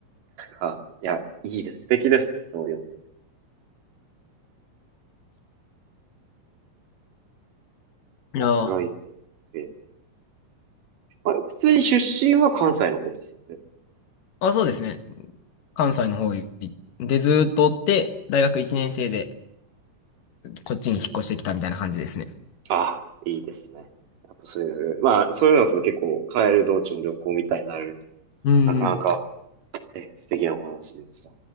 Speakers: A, on the right (about 80°); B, on the left (about 85°).
A: あ、いや、いいです。素敵ですね、そういう思い。
B: いやー、
A: 僕ら行ったり。えあれ、普通に出身は関西の方ですよね。
B: あ、そうですね。関西の方にで、ずーっとおって、大学1年生でこっちに引っ越してきたみたいな感じですね。
A: あ、いいですね。やっぱそういう、まあ、そういうのだと結構、帰る道中も旅行みたいになれると思うんですが、
B: うん
A: なかなか、え、素敵なお話でした。